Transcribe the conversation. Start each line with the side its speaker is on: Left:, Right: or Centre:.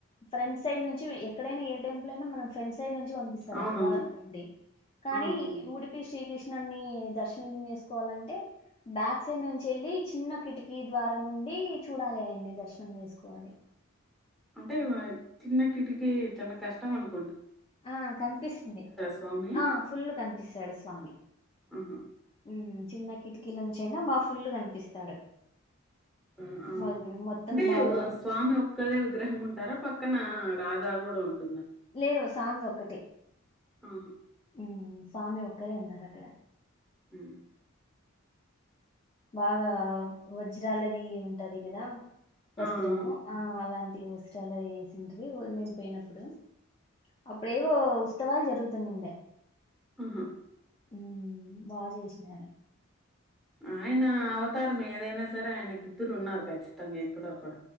Left: ఫ్రెండ్స్ సైడ్ నుంచి ఎక్కడైనా ఏ టెంపుల్ అయినా మనం ఫ్రెండ్స్ సైడ్ నుంచి పంపిస్తారు
Centre: అవునవును
Left: ఆ ద్వారం నుండి కానీ
Centre: ఆ అవును
Left: ఉడిపి శ్రీకృష్ ఉన్నన్ని దర్శం చేసుకోవాలంటే బ్యాక్ సైడ్ నుంచి వెళ్ళి చిన్న కిటికీ ద్వారా ను ఉండి చూడాలి అయన్ని దర్శనం చేసుకోవాలి
Centre: అంటే చిన్న కిటికీ చిన్న కష్టం అనుకో
Left: ఆ కనిపిస్తుంది
Centre: స్వామి
Left: ఆ ఫుల్ కనిపిస్తాడు స్వామి
Centre: ఆహా
Left: ఉమ్ చిన్న కిటికీల నుంచీయినా బా ఫుల్ కనిపిస్తాడు
Centre: ఆ
Left: మొ మొత్తం
Centre: అంటే
Left: బాగా
Centre: స్వామి ఒక్కలే విగ్రహం ఉంటారా పక్క పక్కన రాధా కూడా ఉంటుందా
Left: లేదు స్వామి ఒక్కటి
Centre: ఆహా
Left: మ్ స్వామి ఒ అక్కరే ఉన్నారు అక్కడ
Centre: మ్
Left: బాగా వజ్రాలది ఉంటది కదా వస్త్రము
Centre: ఆ ఆ!
Left: ఆ అలాంటి వస్త్రాలు వేసిండీ మేము పోయినప్పుడు అప్పుడేవో ఉత్సవాలు జరుగుతున్నాండడి
Centre: ఆహా
Left: ఉ బాగా చేసినను
Centre: ఆయన అవతారం ఏదైనా సరే ఆయనకిద్దరు ఉన్నారు ఖచ్చితంగా ఎక్కడోక్కడ